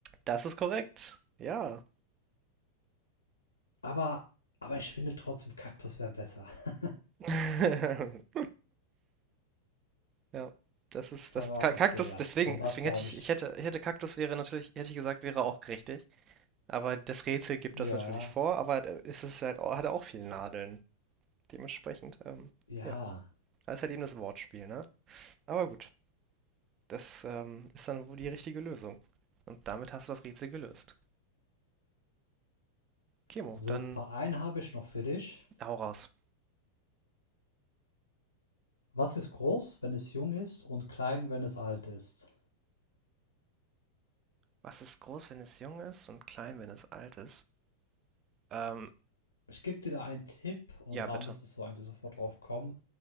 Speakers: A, on the right (about 30°); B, on the left (about 75°).
A: Das ist korrekt. Ja.
B: Aber, aber ich finde trotzdem, Kaktus wäre besser. <laughs>
A: <laughs> Ja, das ist
B: Aber
A: das Ka-
B: okay,
A: Kaktus,
B: ja.
A: deswegen,
B: Man darf
A: deswegen
B: es ja
A: hätte
B: auch
A: ich,
B: nicht.
A: ich hätte, ich hätte Kaktus wäre natürlich, hätte ich gesagt, wäre auch richtig. Aber das Rätsel gibt
B: Ja,
A: das natürlich vor, aber äh, es ist halt, au- hat auch viele Nadeln. Dementsprechend, ähm,
B: ja.
A: ja, da ist halt eben das Wortspiel, ne? Aber gut, das ähm, ist dann wohl die richtige Lösung. Und damit hast du das Rätsel gelöst. Kemo,
B: Super.
A: dann
B: Einen habe ich noch für dich.
A: hau raus.
B: Was ist groß, wenn es jung ist und klein, wenn es alt ist?
A: Was ist groß, wenn es jung ist und klein, wenn es alt ist? Ähm,
B: Ich gebe dir da einen Tipp und
A: ja, bitte.
B: da müsstest du eigentlich sofort drauf kommen.